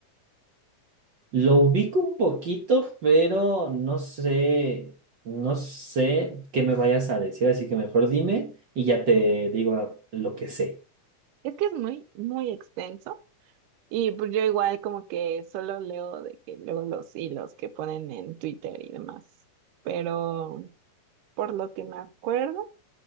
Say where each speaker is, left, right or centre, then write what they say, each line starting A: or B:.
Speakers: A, on the right (about 65°); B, on the right (about 80°).
A: Lo ubico un poquito, pero no sé, no sé qué me vayas a decir, así que mejor dime y ya te digo lo que sé.
B: Es que es muy, muy extenso. Y pues yo igual como que solo leo de que luego los hilos que ponen en Twitter y demás. Pero por lo que me acuerdo